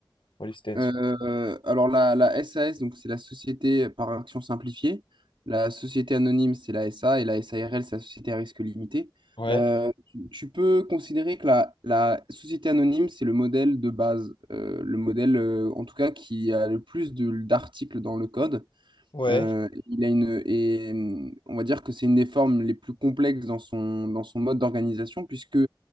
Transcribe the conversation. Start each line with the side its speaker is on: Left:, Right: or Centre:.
Left: what it stands
Right: Euh,
Left: for.
Right: alors la, la SAS, donc c'est la société par action simplifiée. La société anonyme, c'est la SA et la SARL, c'est la société à risque limité.
Left: Ouais,
Right: Euh, tu, tu peux considérer que la, la société anonyme, c'est le modèle de base, euh, le modèle euh, en tout cas qui a le plus de- d'articles dans le code.
Left: ouais,
Right: Euh, il a une, et hum, on va dire que c'est une des formes les plus complexes dans son, dans son mode d'organisation, puisque